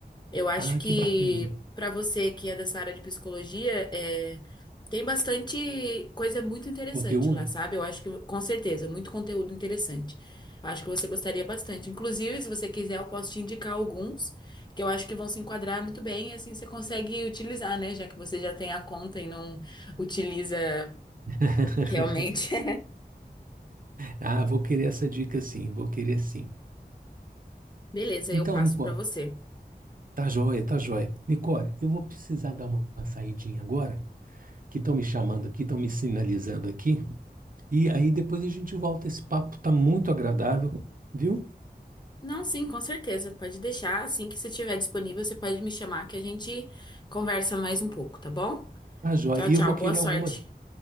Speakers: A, on the left; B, on the right.
A: Eu acho
B: Ah,
A: que
B: que bacana.
A: para você que é dessa área de psicologia, é, tem bastante coisa muito interessante
B: Conteúdo?
A: lá, sabe? Eu acho que, com certeza, muito conteúdo interessante. Eu acho que você gostaria bastante. Inclusive, se você quiser, eu posso te indicar alguns que eu acho que vão se enquadrar muito bem, e assim você consegue utilizar, né? Já que você já tem a conta e não utiliza
B: <laughs>
A: Realmente.
B: Ah, vou querer essa dica sim, vou querer sim.
A: <laughs> Beleza,
B: Então,
A: eu passo
B: Nicole,
A: pra você.
B: tá joia, tá joia. Nicole, eu vou precisar dar uma, uma saidinha agora, que estão me chamando aqui, estão me sinalizando aqui. E aí depois a gente volta. Esse papo tá muito agradável, viu?
A: Não, sim, com certeza. Pode deixar. Assim que você estiver disponível, você pode me chamar que a gente conversa mais um pouco, tá bom?
B: Tá joia.
A: Tchau,
B: E
A: tchau.
B: eu vou querer
A: Boa sorte.
B: alguma,